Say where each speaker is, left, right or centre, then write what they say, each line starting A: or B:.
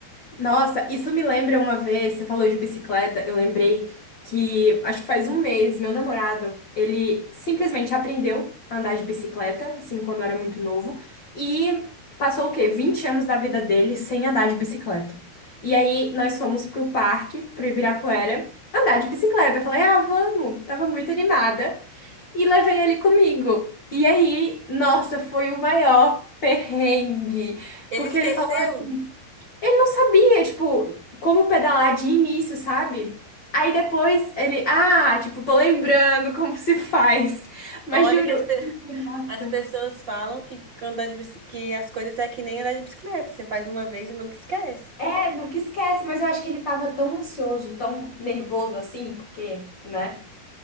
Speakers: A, on the left (about 75°); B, on the right (about 35°).
A: Nossa, isso me lembra uma vez, você falou de bicicleta, eu lembrei que acho que faz um mês, meu namorado, ele simplesmente aprendeu a andar de bicicleta, assim, quando era muito novo, e passou o quê? 20 anos da vida dele sem andar de bicicleta. E aí nós fomos pro parque, pro Ibirapuera, andar de bicicleta. Eu falei, ah, vamos, tava muito animada, e levei ele comigo. E aí, nossa, foi o maior perrengue,
B: Ele
A: porque
B: esqueceu?
A: ele falou assim, ele não sabia, tipo, como pedalar de início, sabe? Aí depois ele, ah, tipo, tô lembrando como se faz. Mas
B: Olha
A: juro,
B: que as,
A: eu
B: pe- <laughs>
A: pensei, nossa.
B: as pessoas falam que, andar de bici- que as coisas é que nem andar de bicicleta. Você faz uma vez e nunca esquece.
A: É, nunca esquece, mas eu acho que ele tava tão ansioso, tão nervoso assim, porque, né?